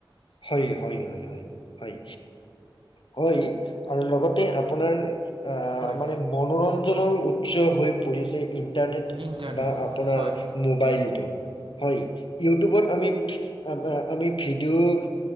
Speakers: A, on the left (about 65°); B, on the right (about 75°).
A: হয়, হয়, হয়, হয়। হয়। হয় আৰু লগতে আপোনাৰ আ
B: হয়
A: মানে - মনোৰঞ্জনৰ উৎস হৈ পৰিছে ইন - ইন্টাৰনেট
B: ইণ্টাৰনেট
A: বা আপোনাৰ
B: হয়
A: মোবাইলটো, হয়। ইউটিউবত আমি আ আমি ভিডিঅ'